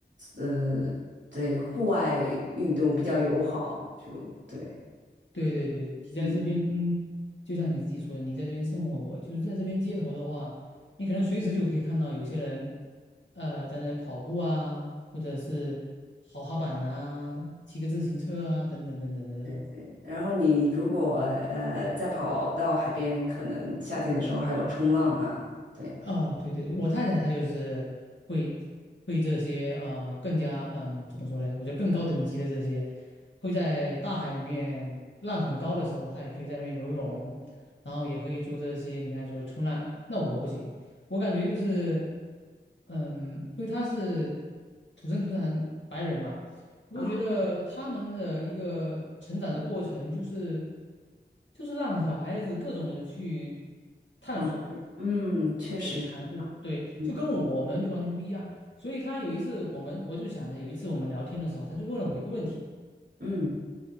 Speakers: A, on the right; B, on the left.
A: 呃，对，户外运动比较友好，就对，
B: 对对对，你在这边，
A: 嗯，
B: 就像你自己说的，你在这边生活过，就是在这边街头的话，你可能随时就可以看到有些人，呃，在那里跑步啊，或者是滑滑板啊，骑个自行车啊，等等等等的这种。
A: 对对。然后你如果呃再跑到海边，可能夏天的时候还有冲浪啊，对，
B: 哦，对对对，我太太她就是会会这些呃更加嗯怎么说呢？我觉得更高等级的这些，会在大海里面浪很高的时候，她也可以在那边游泳，然后也可以做这些你刚才说的冲浪。那我不行，我感觉就是嗯，因为她是土生土长白人嘛，我就觉得他们的一个成长的过程就是
A: 啊，
B: 就是让小孩子各种的去探索。
A: 尝试，嗯，确实，
B: 对，谈资，对，
A: 嗯
B: 就跟我们就完全不一样。所以他有一次，我们我就想着有一次我们聊天的时候，他就问了我一个问题，
A: 嗯。